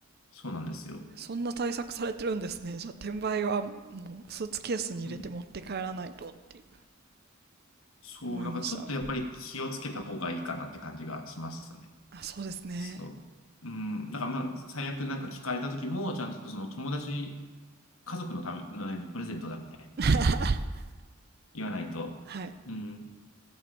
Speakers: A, on the left; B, on the right.
A: そうなんですよ。
B: そんな対策されてるんですね。じゃあ、転売は、もう、スーツケースに入れて持って帰らないとっていう
A: うん。そう、
B: 思いました。
A: なんからちょっとやっぱり気をつけた方がいいかなって感じがしますね。
B: あ、そうですね。
A: そう。うん。だからまあ、最悪なんか聞かれた時も、ちゃんとその友達、家族のためのプレゼントだみたいな
B: <laughs>
A: 言わないと。
B: はい。
A: うん。っ